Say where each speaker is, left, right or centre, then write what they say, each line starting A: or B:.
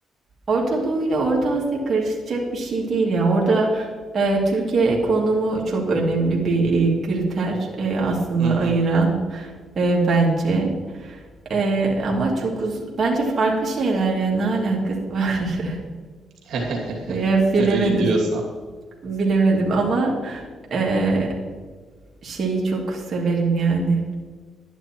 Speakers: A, on the right; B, on the right.
A: Orta Doğu ile Orta Asya karışacak bir şey değil ya. Orada e, Türkiye konumu çok önemli bir e, kriter e, aslında
B: Hı
A: ayıran
B: hı.
A: e, bence. E, ama çok uz bence farklı şeyler ya ne alakası var? <laughs>
B: <laughs>
A: Ya bilemedim.
B: Öyle diyorsan.
A: Bilemedim ama e, şeyi çok severim yani.